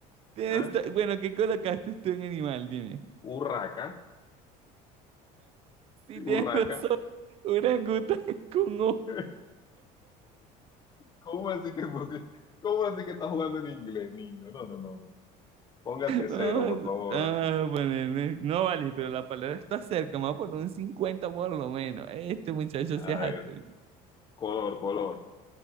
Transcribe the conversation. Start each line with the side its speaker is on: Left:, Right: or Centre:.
Right: Tienes-
Left: ¿ah?
Right: ta- Bueno, ¿qué colocaste tú en animal? Dime.
Left: Urraca,
Right: Sí, tienes
Left: urraca.
Right: razón, orangután <laughs> con O.
Left: <laughs> ¿Cómo así que, pusi- cómo así que estás jugando en inglés, niño? No, no, no. Póngase
Right: Vamos
Left: cero, por favor.
Right: a ponerle- No vale, pero la palabra está cerca. Me voy a poner un 50 por lo menos. Este muchacho se
Left: A
Right: hace.
Left: ver,
Right: atrevido.
Left: color, color.